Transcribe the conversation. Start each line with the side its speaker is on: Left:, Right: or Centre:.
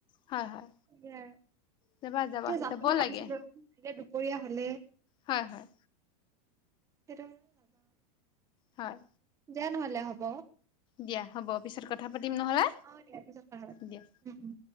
Left: হয় হয়।
Right: সেয়া আৰু
Left: যাবা যাবা
Right: এতিয়া যাম
Left: যাব
Right: বুলি ভাবিছিলো
Left: লাগে
Right: এতিয়া দুপৰীয়া হলে।
Left: হয় হয়।
Right: সেইটো কাৰণে নাজাও
Left: হয়।
Right: দিয়া নহলে হ'ব।
Left: দিয়া হ'ব পিছত কথা পাতিম নহ'লে
Right: অ দিয়া পিছত কথা পাতিম
Left: দিয়া।
Right: উম উম।